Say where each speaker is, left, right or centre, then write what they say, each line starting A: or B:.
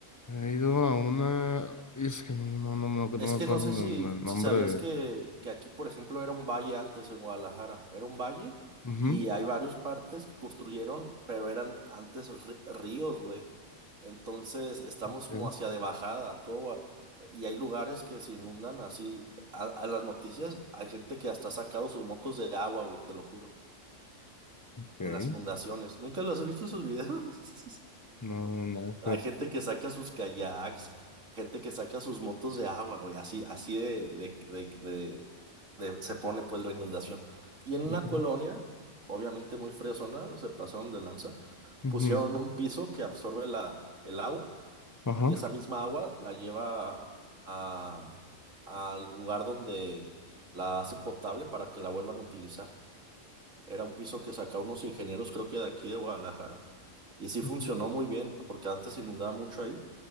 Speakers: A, on the left; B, on the right.
A: He ido a una. y Es que no, no, no, no, no
B: Es
A: me
B: que
A: acuerdo
B: no sé
A: el,
B: si,
A: el nombre
B: si sabías
A: de.
B: que, que aquí, por ejemplo, era un valle antes en Guadalajara. Era un valle
A: Ujú,
B: y hay varios partes que construyeron, pero eran antes ri- ríos, güey. Entonces estamos
A: ok,
B: como hacia de bajada, todo. Gua- Y hay lugares que se inundan así. A, a las noticias hay gente que hasta ha sacado sus motos de agua, güey, te lo juro,
A: ok.
B: en las inundaciones. ¿Nunca los has visto sus videos? <laughs>
A: No, no, no,
B: Hay
A: fíjate.
B: gente que saca sus kayaks, gente que saca sus motos de agua, güey, así, así de, de, de, de- de- se pone pues la inundación. Y en una
A: Ujú,
B: colonia, obviamente muy fresona, se pasaron de lanza,
A: ujú,
B: pusieron un piso que absorbe la, el agua
A: Ajá.
B: y esa misma agua la lleva a, al lugar donde la hacen potable para que la vuelvan a utilizar. Era un piso que sacaron unos ingenieros, creo que de aquí de Guadalajara y sí funcionó
A: ujú,
B: muy bien, porque antes se inundaba mucho ahí